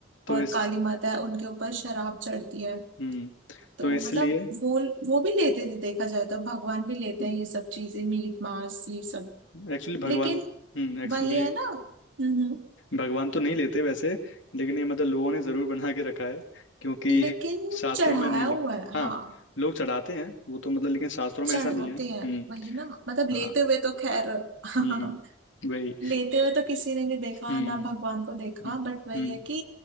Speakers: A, on the left; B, on the right.
A: तो
B: और
A: इस
B: काली माता है उनके ऊपर शराब चढ़ती है
A: हम्म
B: तो
A: तो इसलिए
B: मतलब वो वो भी लेते थे देखा जाए तो भगवान भी लेते हैं ये सब चीजें मीट मांस ये सब
A: एक्चुअली भगवान
B: लेकिन
A: हम्म एक्चुअली
B: वही है
A: भाई
B: ना हम्म हम्म,
A: भगवान तो नहीं लेते वैसे लेकिन ये मतलब लोगों ने जरूर बना के रखा है क्योंकि
B: लेकिन
A: ये शास्त्रों
B: चढ़ाया
A: में नहीं
B: हुआ
A: लिख
B: है हाँ
A: हाँ लोग चढ़ाते हैं वो तो मतलब लेकिन शास्त्रों में
B: चढ़ाते
A: ऐसा नहीं है हम्म
B: हैं वही ना मतलब लेते
A: हाँ
B: हुए तो खैर
A: हम्म
B: <laughs>
A: वही
B: लेते हुए तो किसी ने नहीं देखा
A: हम्म
B: ना भगवान को देखा
A: हम्म
B: बट वही
A: हम्म
B: है कि